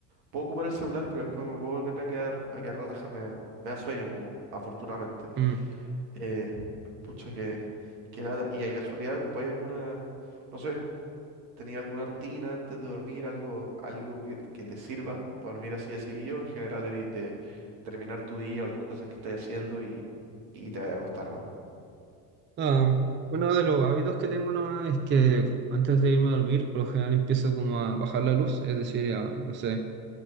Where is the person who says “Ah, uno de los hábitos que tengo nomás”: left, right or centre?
Right